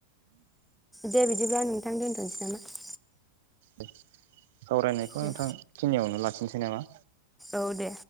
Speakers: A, in the centre; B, on the right (about 50°).
A: दे बिदिब्ला नों थां दोनथ'सै नामा?
B: दे सावरायनायखौ
A: दे।
B: नोंथां खिनियावनो ला <inaudible> नामा?
A: औ दे।